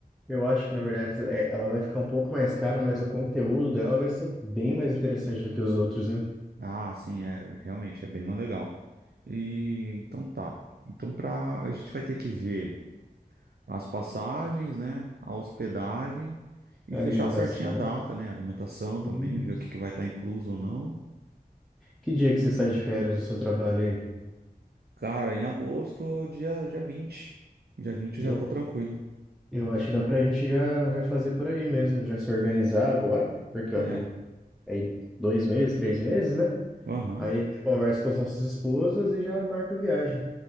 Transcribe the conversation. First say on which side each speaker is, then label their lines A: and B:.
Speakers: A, in the centre; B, on the right (about 85°).
A: eu acho que, na verdade, é- ela vai ficar um pouco mais cara, mas o conteúdo dela vai ser bem mais interessante do que os outros, né?
B: Ah, sim, é, realmente é bem mais legal. E então tá. Então pra, a gente vai ter que ver. as passagens, né? A hospedagem e
A: A
B: fechar
A: alimentação.
B: certinha a data, né? Alimentação também,
A: Isso.
B: ver o que que vai estar incluso ou não.
A: Que dia que você sai de férias do seu trabalho aí?
B: Cara, em agosto, dia, dia 20. Dia 20 eu
A: Eu,
B: já tô tranquilo.
A: eu acho que dá pra gente já, já fazer por aí mesmo, já se organizar agora, porque
B: É.
A: ó, tem aí dois meses, três meses, né?
B: Aham.
A: Aí a gente conversa com as nossas esposas e já marca a viagem.